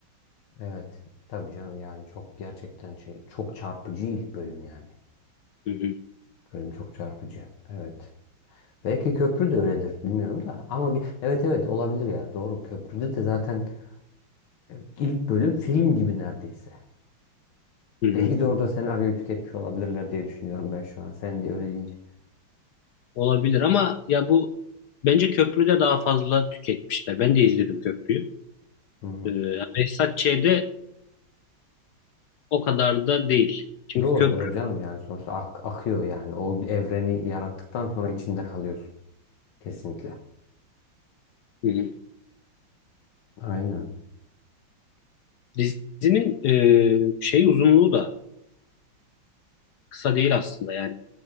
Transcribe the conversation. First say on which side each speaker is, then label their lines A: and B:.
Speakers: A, on the left; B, on the left.
A: Evet. Tabii canım yani çok gerçekten şey çok çarpıcı ilk bölüm yani.
B: Hı hı,
A: Bölüm çok çarpıcı. Evet. Belki köprü de öyledir bilmiyorum da. Ama ge- evet evet olabilir ya. Doğru. Köprüde de zaten e, ilk bölüm film gibi neredeyse. <laughs>
B: hı hı.
A: Belki de orada senaryoyu tüketmiş olabilirler diye düşünüyorum ben şu an. Sen de öyle deyince.
B: Olabilir ama ya bu bence köprüde daha fazla tüketmişler. Ben de izledim köprüyü.
A: Hı hı.
B: Ee, Behzat Ç'de o kadar da değil. Çünkü
A: Doğru
B: köprü
A: doğru canım yani sonuçta ak- akıyor yani. O evreni yarattıktan sonra içinde kalıyorsun. Kesinlikle.
B: Hı hı.
A: Aynen.
B: dizinin e, şey uzunluğu da kısa değil aslında yani.